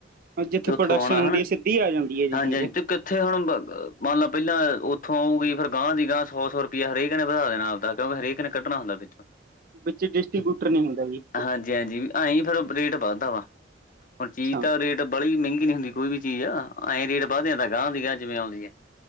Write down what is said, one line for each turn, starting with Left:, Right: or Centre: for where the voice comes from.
Right: ਜਿੱਥੇ
Left: ਉੱਥੋਂ
Right: ਪ੍ਰੋਡਕਸ਼ਨ
Left: ਆਉਣਾ
Right: ਹੁੰਦੀ,
Left: ਹਨਾ
Right: ਸਿੱਧੀ ਆ ਜਾਂਦੀ ਐ ਜੀ
Left: ਹਾਂਜੀ
Right: ਚੀਜ਼।
Left: ਹਾਂਜੀ ਤੇ ਕਿੱਥੇ ਹੁਣ ਮੰਨ ਲ ਪਹਿਲਾਂ ਉੱਥੋਂ ਆਊਗੀ, ਫੇਰ ਗਾਂਹ ਦੀ ਗਾਂਹ ਸੌ- ਸੌ ਰੁਪਇਆ ਹਰੇਕ ਨੇ ਵਧਾ ਦੇਣਾ ਆਪਦਾ ਕਿਉਕਿ ਹਰੇਕ ਨੇ ਕੱਢਣਾ ਹੁੰਦਾ ਵਿਚੋ
Right: ਵਿੱਚੇ ਡਿਸਟਰੀਬਿਊਟਰ ਨਹੀਂ ਹੁੰਦਾ ਜੀ।
Left: ਹਾਂਜੀ ਹਾਂਜੀ ਆਂ ਫੇਰ ਰੇਟ ਵੱਧਦਾ ਵਾ ਹੁਣ ਚੀਜ਼
Right: ਸਾਹਮਣੇ
Left: ਤਾਂ ਰੇਟ ਬੜੀ ਮਹਿੰਗੀ ਨੀ ਹੁੰਦੀ ਕੋਈ ਵੀ ਚੀਜ਼ ਆ, ਐਂ ਰੇਟ ਵੱਧ ਜਾਂਆਂਦਾ ਗਾਹ ਦੀ ਗਾਹ ਜਿਵੇਂ ਆਉਂਦੀ ਆ।